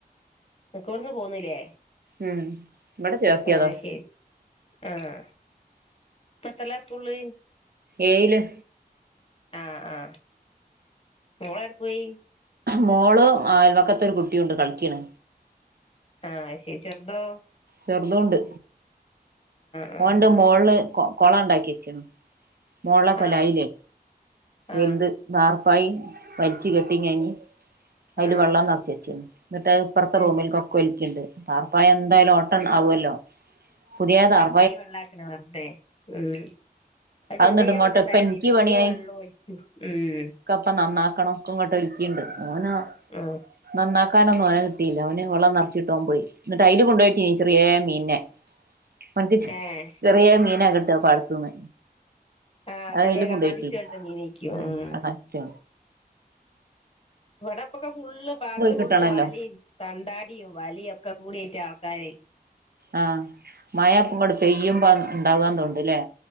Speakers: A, on the left; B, on the right.
A: നിക്ക്ണോട്ത്ത്ന്ന് പോന്ന്ല്ലേ
B: ഉം ഇവിടെ ചേർത്തിയതാ
A: അഹ്ശരി ആ ആ ഇപ്പത്രേലാ സ്കൂൾള്ള്
B: ഏയ്ല്
A: ആ ആ മോള് ഏട് പോയി
B: മോള് അയൽവക്കത്തൊരു കുട്ടിയുണ്ട് കളിക്ക്ണ്
A: ആ അഹ്‌ശെരി ചെർതോ
B: ചെർതുണ്ട്
A: ആഹ്
B: ഓണ്ട് മോള്ള് കൊ കൊളം ഇണ്ടാക്കിച്ചേണ്. മോൾളെ കൊലായിലെ
A: ആഹ് ആഹ്
B: വെൽത് വാർ പായ് വൽച്ച് കെട്ടി ഞാൻ അയ്ല്
A: ആഹ്
B: വളളം നെർച്ചച്ചീണ് ന്നിട്ട് അഹ് ഇപ്പർത്തെ
A: അത്
B: റൂമിൽ
A: ശ
B: കൊക്കെ ഒലിക്കിണ്ട് ടാർപ്പായ എന്തായാലും ഓട്ട ആവോല്ലോ. പുതിയതാർ
A: പൈ വെള്ളാക്ക്ണ വെർതെ ഉം അത്
B: അഹ്‌ന്നട്ട്
A: ചെറിയ
B: ഇങ്ങോട്ട്ക്ക്
A: ഓട്ടണ്ടായാതി
B: ഇൻക്കി
A: ഫുള്ള്
B: പണ്യായി
A: വെള്ളം ഒലിച്ചു ഉം
B: ക്കെ ഇപ്പെ നന്നാ ക്കണം ഒക്കെങ്ങട്ട് ഒൽക്കിണ്ട് ഓന്
A: ആഹ്
B: നന്നാ ക്കാനൊന്നും ഓനെ കിട്ടീല്ല ഓന് വള്ളം നെർച്ചിട്ട് ഓൻ പോയി എന്നിട്ട് അയ്ല് കൊണ്ടോയിടീനി ചെറീയേ മീൻനേ <unintelligible>
A: ഏഹ്
B: ചെറിയാ മീനാ കിട്ട പാടത്ത്ന്ന്
A: ആഹ്
B: അ അയില്
A: ചെറിയ
B: കൊണ്ടു
A: കണ്ണാഞ്ചുട്ടി
B: പോയി ഇട്ടേ
A: പോലത്തെ മീനേക്കും ഉം ഇപ്പാടപ്പൊക്കെ ഫുള്ളും പാട്ത്ത്
B: കിട്ടണല്ലോ
A: ഫുള്ള് വലിം തണ്ടാടീം വലിം ഒക്കെ കൂടി ആയിട്ട് ആ. കഴി
B: ആ മഴപ്പട് പെയ്പോ ഇണ്ടാവാന്ന് തോന്ന്ണ്ടല്ലേ?